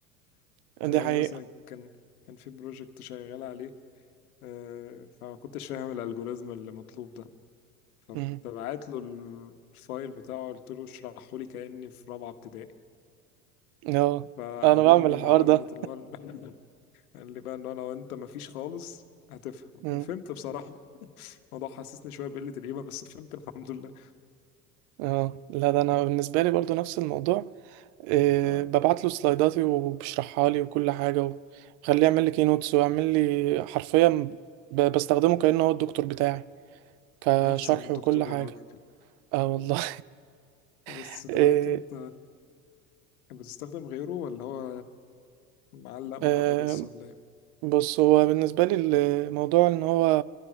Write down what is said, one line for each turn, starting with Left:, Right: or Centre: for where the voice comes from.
Left: <laughs>
Right: <coughs> <clears throat>
Left: يعني
Right: دي حقيقه
Left: مثلا كان كان في بروجكت شغال عليه آه، فما كنتش فاهم الالجوريزم اللي مطلوب ده فكنت
Right: مم.
Left: بعت له الفايل بتاعه قلت له اشرحه لي كاني في رابعه ابتدائي
Right: اه
Left: فعاملني
Right: انا بعمل الحوار
Left: معامله
Right: ده
Left: اللي هو ال- <laughs> قال لي بقى ان انا وانت مفيش خالص هتفهم
Right: مم.
Left: وفهمت بصراحه الموضوع حسسني شويه بقله القيمه بس فهمت الحمد لله
Right: اه لا ده انا بالنسبه لي برضو نفس الموضوع إيه
Left: اه
Right: ببعت له سلايداتي وبشرحها لي وكل حاجه وخليه يعمل لي كينوتس ويعمل لي حرفيا ب- بستخدمه كانه هو الدكتور بتاعي كشرح
Left: هحسن من الدكتور
Right: وكل حاجه
Left: يا راجل
Right: اه والله
Left: بس
Right: <laughs>
Left: دلوقتي انت بتستخدم غيره ولا هو معلق مع
Right: آه،
Left: ده بس ولا ايه؟
Right: بص هو بالنسبة لي الموضوع ان هو